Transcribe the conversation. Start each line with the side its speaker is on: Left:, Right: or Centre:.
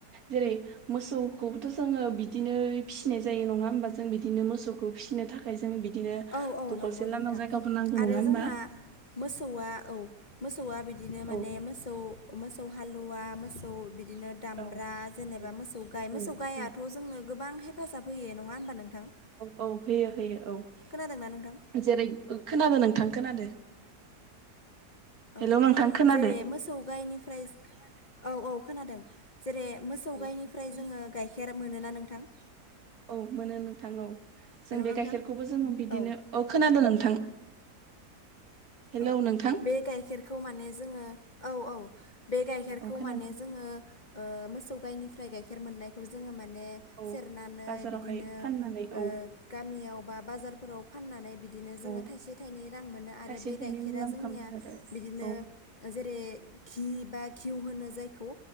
Right: जेरै मोसौखौबोथ' जोंङो बिदिनो फिसिनाय जायो नंङा होमबा जों बिदिनो मोसौखौ फिसिनो थाखाय जों बिदिनो
Left: औ औ
Right: दखलसे
Left: नंगौ
Right: लांदां
Left: नोंथां
Right: जायगाफोर नांगौ
Left: आरो
Right: नंङा होमबा
Left: जोंहा मोसौआ औ मोसौआ बिदिनो माने
Right: औ
Left: मोसौ ओ मो सौ हालुवा मोसौ बि दिनो दामब्रा
Right: औ
Left: जेनेबा
Right: औ
Left: मोसौ गाय
Right: औ
Left: मोसौ गायाथ' जोंनो गोबां हे फाजाब होयो नंङा होमबा नोंथां।
Right: औ औ होयो होयो औ
Left: खोनादोंना नोंथां
Right: जेरै ओ खोनादों नोंथां खोनादो।
Left: औ
Right: हेलौ नोंथां खोनादो
Left: जेरै मोसौ गायनिफ्राय जो औ औ खोनादों जेरै मोसौ
Right: औ
Left: गायनिफ्राय जोंङो गाइखेर मोनोना नोंथां।
Right: औ मोनो नोंथां औ जों
Left: हेलौ
Right: बे
Left: नोंथां
Right: गाइखेरखौबो जोंङो बिदिनो
Left: औ
Right: अ खोनादों नोंथां। हेलौ
Left: औ
Right: नोंथां
Left: बे गाइखेरखौ माने जोंङो औ औ बे गाइखेरखौ
Right: औ खोनादों
Left: माने जोंङो ओ मोसौ गाइनिफ्राय गाइखेर मोननायखौ जोंङो मा ने
Right: औ
Left: सेरनानै
Right: बाजारावहाय
Left: बिदिनो
Right: फाननानै
Left: ओ
Right: औ
Left: गामियावबा बाजारफोराव फाननानै बिदिनो जोंङो
Right: औ
Left: थाइसे थाइनै रां मोनो आरो
Right: थाइसे
Left: बे
Right: थाइनै
Left: गाइखेरा
Right: मुलाम्फा
Left: जोंनिया
Right: मोनो आरो
Left: बिदिनो
Right: औ
Left: जेरै घि बा घुइ होनो जाय खौ